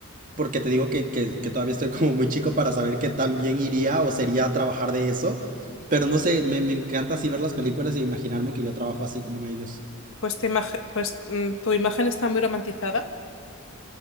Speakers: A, on the right (about 40°); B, on the left (about 65°).
A: porque te digo que, que, que todavía estoy como muy chico para saber que también iría o sería a trabajar de eso. Pero no sé, me, me encanta así ver las películas y imaginarme que yo trabajo así como ellos. <laughs>
B: Pues, te imag- pues mm, tu imagen está muy romantizada.